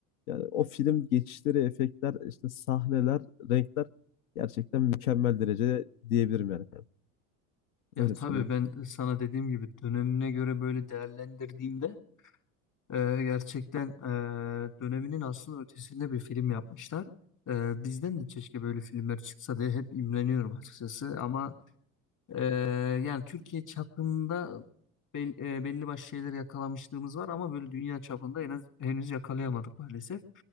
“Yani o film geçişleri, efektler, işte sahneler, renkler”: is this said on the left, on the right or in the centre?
Left